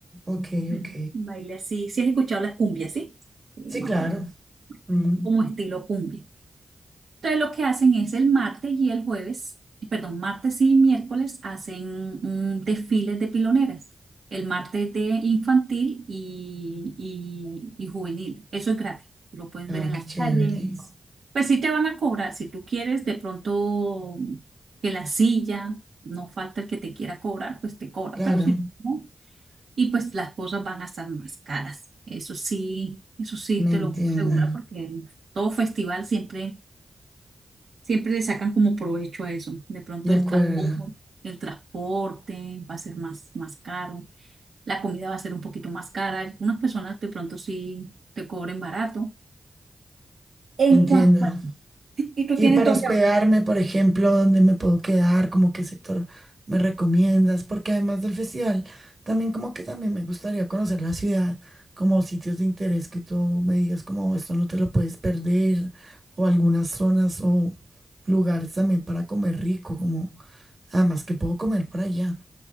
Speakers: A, on the right; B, on the right.
A: ok,
B: un
A: ok.
B: baile así. Si has escuchado las cumbias, ¿sí? Sí,
A: Sí,
B: más
A: claro.
B: o menos,
A: Mm.
B: como estilo cumbia. Entonces lo que hacen es el martes y el jueves, perdón, martes y miércoles hacen un desfile de piloneras. El martes de infantil y, y- y juvenil. Eso es gratis. Tú lo puedes
A: Ah,
B: ver en
A: qué
B: la
A: chévere.
B: calle. es- Pues sí te van a cobrar. Si tú quieres de pronto mm, que la silla, no falta el que te quiera cobrar, pues te cobra.
A: Claro,
B: Pero si no, y pues las cosas van a estar más caras. Eso sí, eso sí
A: me
B: te lo
A: entiendo.
B: puedo asegurar porque todo festival siempre Siempre le sacan como provecho a eso. De pronto
A: De
B: el
A: acuerdo,
B: transporte, el transporte va a ser más, más caro, la comida va a ser un poquito más cara. Algunas personas de pronto sí te cobren barato. En
A: me entiendo.
B: cuanto, bueno, ¿y tú
A: Y
B: tienes
A: para
B: dónde?
A: hospedarme, por ejemplo, ¿dónde me puedo quedar? ¿Cómo qué sector me recomiendas? Porque además del festival, también como que también me gustaría conocer la ciudad, como sitios de interés que tú me digas como esto no te lo puedes perder, o algunas zonas o lugares también para comer rico, como además que puedo comer por allá.